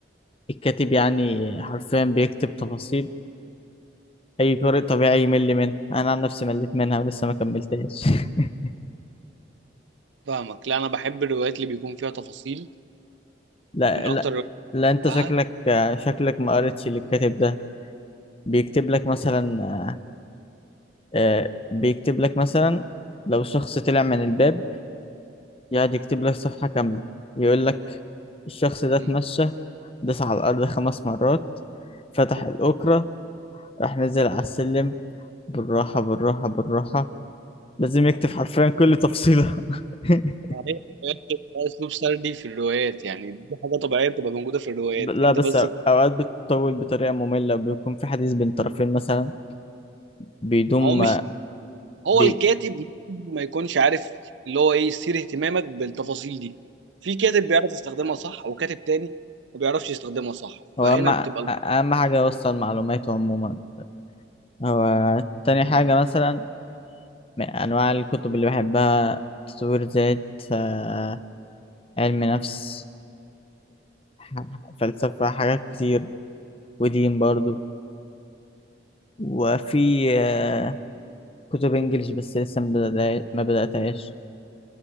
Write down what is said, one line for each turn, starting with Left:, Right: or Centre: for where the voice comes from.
Left: الكاتب يعني حرفيا بيكتب تفاصيل أي قارئ طبيعي يمل منها أنا عن نفسي مليت منها ولسه ما كملتهاش <laughs>
Right: فاهمك لا انا بحب الروايات اللي بيكون فيها تفاصيل
Left: لا
Right: من اكتر
Left: لا
Right: الروايات
Left: لا
Right: اللي
Left: أنت
Right: بحبها
Left: شكلك آه، شكلك ما قريتش للكاتب ده بيكتب لك مثلا آه، آه، بيكتب لك مثلا لو شخص طلع من الباب يقعد يكتب لك صفحة كاملة يقول لك الشخص ده
Right: مم.
Left: اتمشى داس على الأرض خمس مرات فتح الأوكرة راح نزل على السلم بالراحة بالراحة بالراحة لازم يكتب حرفيا كل تفصيلة <laughs>
Right: هي الروايات بتبقى اسلوب سردي في الروايات يعني دي حاجه طبيعيه بتبقى موجوده في الروايات
Left: لا
Right: انت
Left: بس
Right: بس
Left: أوقات بتطول بطريقة مملة بيكون في حديث بين طرفين مثلا بيدوم
Right: هو مش هو
Left: بي...
Right: الكاتب ممكن ما يكونش عارف اللي هو ايه يثير اهتمامك بالتفاصيل دي في كاتب بيعرف يستخدمها صح وكاتب تاني ما بيعرفش يستخدمها صح
Left: هو
Right: فهنا
Left: أهم
Right: بتبقى
Left: أهم حاجة يوصل معلوماته عموما هو تاني حاجة مثلا من أنواع الكتب اللي بحبها تطوير ذات آه، علم نفس ح- فلسفة حاجات كتير ودين برضو وفي آه، كتب انجليش بس لسه ما بدأ- ما بدأتهاش